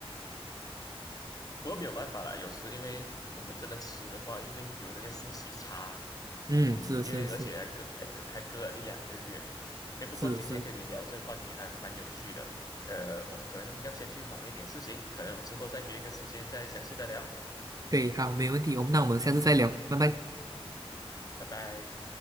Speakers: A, on the left (about 35°); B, on the right (about 35°).
A: 不过没有办法啦，有时因为我们真的吃的话，因为有那个信息差，
B: 嗯，
A: 嗯，
B: 是是是
A: 因为而且还隔还隔还隔了一两个月。诶，不过今天跟你聊这个话题还蛮有趣的，
B: 是是，
A: 呃，我可能要先去忙一点事情，可能我们之后再约一个时间再详细的聊，
B: 对，好，没问题，我们那我们下次再聊，拜拜。
A: 拜拜。